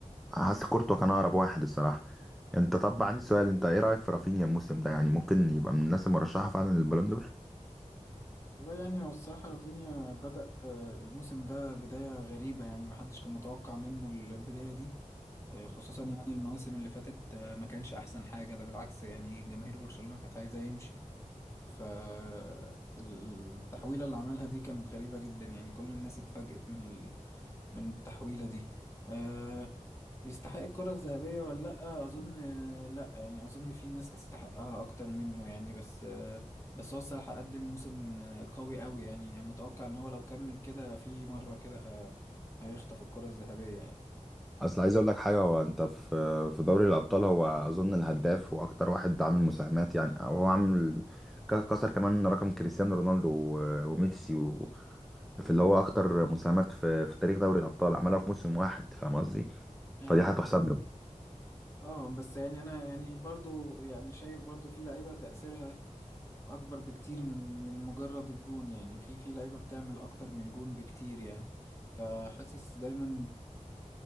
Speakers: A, in the centre; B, on the left.
A: حاسس كورتوا كان اقرب واحد الصراحة انت طب عندي سؤال انت ايه رأيك في رافينيا الموسم ده يعني ممكن يبقى من الناس المرشحة فعلا للبالون دور
B: والله يعني هو الصراحة رافينيا بدأ آه، الموسم ده بداية غريبة يعني محدش كان متوقع منه البداية دي آه، خصوصا يعني المواسم اللي فاتت آه، ما كانش أحسن حاجة ده بالعكس يعني جماهير برشلونة كانت عايزة يمشي فالتحويلة اللي عملها دي كانت غريبة جدا يعني كل الناس اتفاجئت من ال- من التحويلة دي آه، يستحق الكرة الذهبية ولا لأ أظن لأ يعني أظن في ناس تستحقها أكتر منه يعني بس بس هو الصراحة قدم موسم قوي أوي يعني يعني متوقع إن هو لو كمل كده في مرة كده ه- هيخطف الكرة الذهبية
A: اصل عايز اقول لك حاجه هو انت في في دوري الابطال هو اظن الهداف واكتر واحد عامل مساهمات يعني او هو عامل ك- كسر كمان رقم كريستيانو رونالدو و- وميسي و... في اللي هو اكتر مساهمات في في تاريخ دوري الابطال عملها في موسم واحد فاهم قصدي
B: أيوه
A: فدي هتحسب
B: أيوه
A: له
B: اه بس يعني أنا يعني برضو يعني شايف برضو في لعيبة تأثيرها أكبر بكتير من من مجرد الجون يعني في في لعيبة بتعمل أكتر من جون بكتير يعني فحاسس دايما